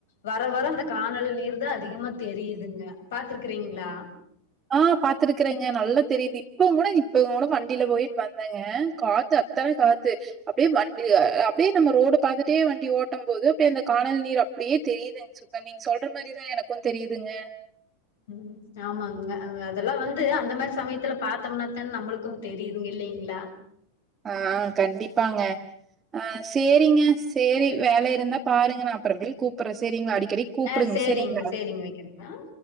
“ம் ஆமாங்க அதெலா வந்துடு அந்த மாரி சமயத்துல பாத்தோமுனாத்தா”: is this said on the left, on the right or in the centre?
Left